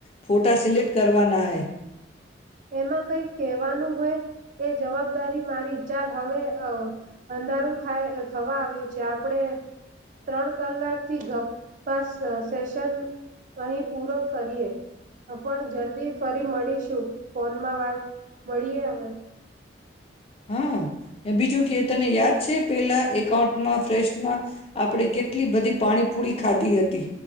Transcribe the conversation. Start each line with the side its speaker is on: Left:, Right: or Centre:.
Left: ફોટા સિલેક્ટ કરવાના હે.
Right: એમાં કઈ કહેવાનું હોય, એ જવાબદારી મારી ચાલ હવે અ અંધારું થાય અ થવા આવ્યું છે આપણે ત્રણ કલાક થી ગપાસઅ સેશન અહી પૂરો કરીએ, પણ જલ્દી ફરી મળીશું. ફોનમાં વાત મળીએ હવે.
Left: હા એ બીજું કે તને યાદ છે પેલા એકાઉન્ટમાં ફ્રેશમાં આપળે કેટલી બધી પાણીપુરી ખાધી હતી